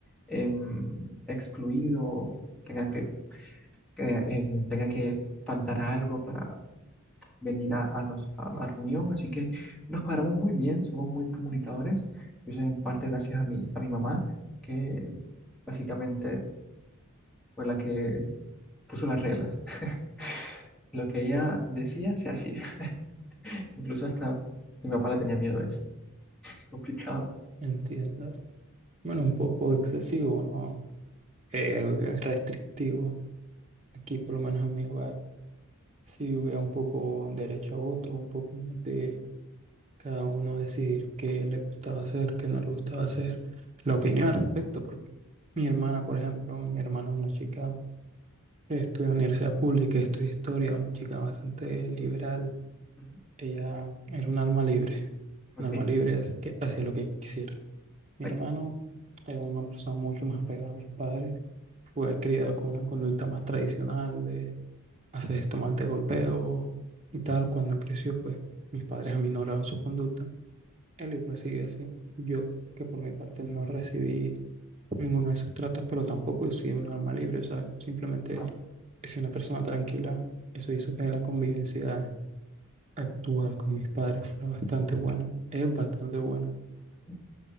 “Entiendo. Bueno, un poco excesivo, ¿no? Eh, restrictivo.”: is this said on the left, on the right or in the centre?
Right